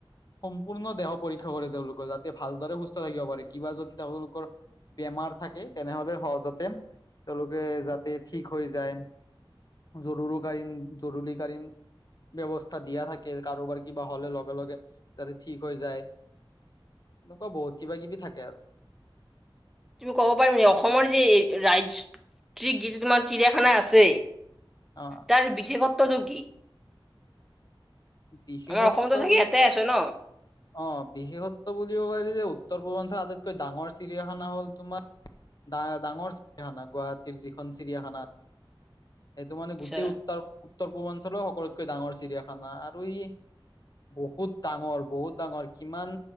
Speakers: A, on the left (about 45°); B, in the centre.
A: সম্পূৰ্ণ দেহৰ পৰীক্ষা কৰে তেওঁলোকৰ যাতে ভালদৰে সুস্থ থাকিব পাৰে। কিবা যদি তেওঁলোকৰ বেমাৰ থাকে, তেনেহলে সহজতে তেওঁলোকে যাতে ঠিক হৈ যায়। জৰুৰুকালীন জৰুৰীকালীন ব্যৱস্থা দিয়া থাকে। কাৰোবাৰ কিবা হ'লে লগে-লগে যাতে ঠিক হৈ যায়। এনেকুৱা বহুত কিবা-কিবি থাকে আৰু।
B: তুমি ক'ব পাৰিবা নেকি? অসমৰ যি ৰাইজ <unintelligible> তোমাৰ চিৰিয়াখানা আছে
A: অঁ!
B: তাৰ বিশেষত্বটো কি?
A: বিশেষত্ব
B: আমাৰ অসমতো চাগে
A: বুলি
B: এটাই
A: ক'লে
B: আছে ন
A: অঁ! বিশেষত্ব বুলিব পাৰি যে, উত্তৰ পূৰ্বাঞ্চল আটাইতকৈ ডাঙৰ চিৰিয়াখানা হ'ল তোমাৰ ডা-ডাঙৰ চিৰিয়াখানা গুৱাহাটীৰ যিখন চিৰিয়াখানা আছে। সেইটো মানে
B: আচ্ছা
A: গোটেই উত্তৰ উত্তৰ পূৰ্বাঞ্চলৰ সকলোতকৈ ডাঙৰ চিৰিয়াখানা। আৰু ই বহুত ডাঙৰ, বহুত ডাঙৰ কিমান